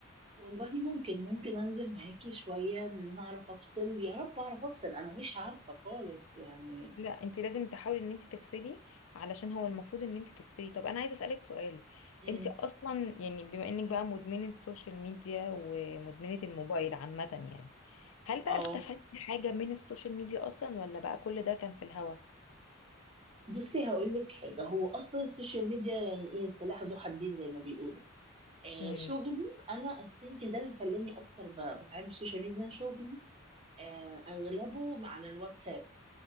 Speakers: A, on the right; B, on the left.
A: والله ممكن ممكن انزل معاكي شويه ان انا اعرف افصل يا رب اعرف افصل انا مش عارفه خالص يعني
B: لا انت لازم تحاولي ان انت تفصلي علشان هو المفروض ان انت تفصلي طب انا عايزه اسالك سؤال
A: امم
B: انت اصلا يعني بما انك بقى مدمنه سوشيال ميديا ومدمنه الموبايل عامه يعني هل بقى
A: اه
B: استفدتي حاجه من السوشيال ميديا اصلا ولا بقى كل ده كان في الهوا
A: بصي هقول لك حاجه هو اصلا السوشيال ميديا يعني ايه سلاح ذو حدين زي ما بيقولوا آه
B: امم
A: شغلي انا الثينك ده اللي خلاني اكتر ب- بتعامل بالسوشيال ميديا إن أنا شغلي آه اغلبه على الواتساب